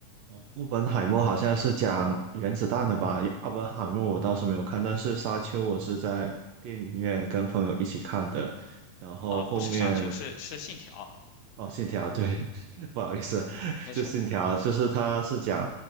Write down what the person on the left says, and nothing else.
啊，不是傻球，是是信条。
没事儿，